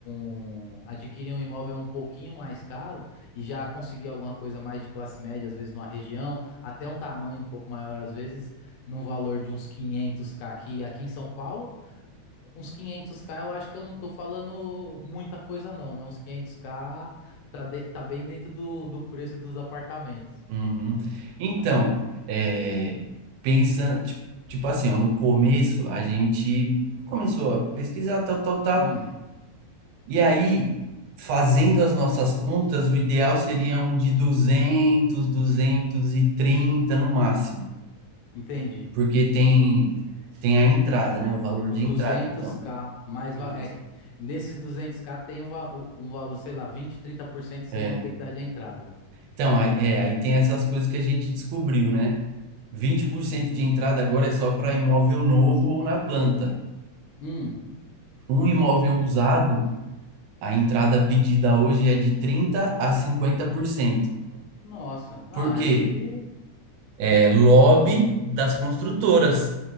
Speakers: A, on the left; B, on the right.
A: um- adquirir um imóvel um pouquinho mais caro e já conseguir alguma coisa mais de classe média, às vezes numa região, até um tamanho um pouco maior, às vezes, num valor de uns quinhentos k aqui, aqui em São Paulo? uns 500k, eu acho que eu não tô falando muita coisa não, né? Uns 500k tá, de- tá bem dentro do, do preço dos apartamentos.
B: Uhum. Então, é, pensando, tipo, tipo assim, ó, no começo a gente começou a pesquisar, tal, tal, tal.
A: Hum,
B: E aí, fazendo as nossas contas, o ideal seria um de duzentos duzentos e trinta no máximo,
A: entendi.
B: porque tem tem a entrada, né? O valor
A: Uns
B: de entrada,
A: 200k,
B: então.
A: mais
B: Isso.
A: va- é que nesses 200k tem um, va- um valor, sei lá, 20, 30% vocês
B: É.
A: vão ter que dar de entrada.
B: Então, aí, é, aí tem essas coisas que a gente descobriu, né? vinte por cento de entrada agora é só para imóvel novo ou na planta.
A: Hum,
B: Um imóvel usado, a entrada pedida hoje é de 30 a 50%. Por cento.
A: nossa. Não,
B: Por
A: aí
B: quê? É lobby das construtoras.